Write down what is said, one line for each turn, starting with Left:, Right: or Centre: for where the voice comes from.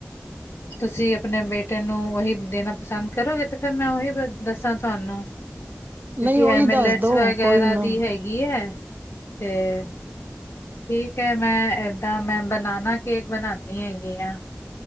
Left: ਤੁਸੀਂ ਆਪਣੇ ਬੇਟੇ ਨੂੰ ਉਹੀ ਦੇਣਾ ਪਸੰਦ ਕਰੋਗੇ ਤੇ ਫਿਰ ਮੈਂ ਉਹੀ ਦੱਸਾਂ ਤੁਹਾਨੂੰ ਕਿਉਂਕਿ
Right: ਨਹੀਂ
Left: ਇਹ
Right: ਉਹੀ
Left: ਮਿਲਟਸ
Right: ਦੱਸਦੋ
Left: ਵਗੈਰਾ
Right: ਕੋਈ ਨਾ
Left: <unintelligible> <unintelligible> ਠੀਕ ਹੈ। ਮੈਂ ਇਦਾ ਮੈਂ ਬਨਾਨਾ ਕੇਕ ਬਣਾਉਦੀ ਹੈਗੀ ਆ।